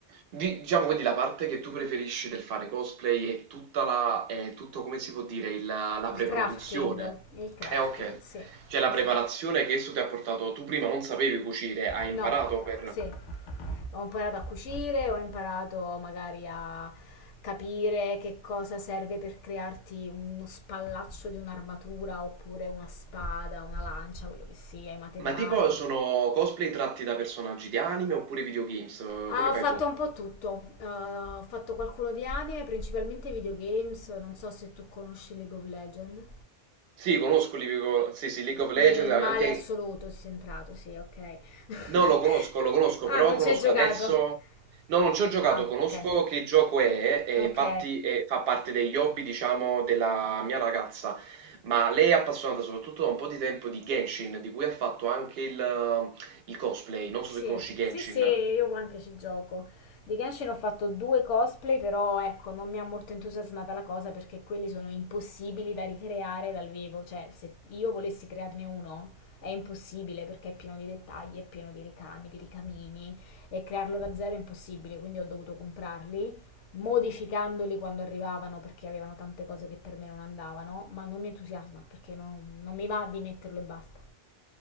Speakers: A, on the right; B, on the left.
A: Di- Diciamo quindi la parte che tu preferisci del fare cosplay è tutta la, è tutto come si può dire, il- la
B: Il
A: preproduzione.
B: crafting, il crafting,
A: Eh, ok.
B: sì.
A: Cioè la
B: Sì.
A: preparazione che esso ti ha portato, tu prima non sapevi cucire, hai
B: No,
A: imparato per...
B: sì. Ho imparato a cucire, ho imparato magari a capire che cosa serve per crearti uno spallaccio di un'armatura oppure una spada, una lancia, quello che sia, i materiali.
A: Ma tipo sono cosplay tratti da personaggi di anime oppure videogames?
B: Ah,
A: Come
B: ho
A: fai
B: fatto
A: tu?
B: un po' tutto. Eh, ho fatto qualcuno di anime, principalmente videogames. Non so se tu conosci League of Legends.
A: Sì, conosco League of, sì, sì, League of Legends,
B: Nel male
A: anche...
B: assoluto si è entrato, sì, ok.
A: No, lo conosco,
B: <laughs>
A: lo conosco,
B: Ah,
A: però
B: non
A: conosco
B: ci hai giocato.
A: adesso... No, non ci ho giocato,
B: Ah,
A: conosco
B: ok.
A: che gioco è, e
B: Ok.
A: infatti eh, fa parte degli hobby, diciamo, della mia ragazza, ma lei è appassionata soprattutto da un po' di tempo di Genshin, di cui ha fatto anche il, il cosplay, non
B: Sì,
A: so se conosci Genshin.
B: sì, sì, io anche ci gioco. Di Genshin ho fatto due cosplay, però ecco, non mi ha molto entusiasmata la cosa perché quelli sono impossibili da ricreare dal vivo. Cioè, se io volessi crearne uno è impossibile perché è pieno di dettagli, è pieno di ricami, di ricamini e crearlo da zero è impossibile, quindi ho dovuto comprarli. Modificandoli quando arrivavano perché avevano tante cose che per me non andavano, ma non mi entusiasma perché non, non mi va di metterlo e basta.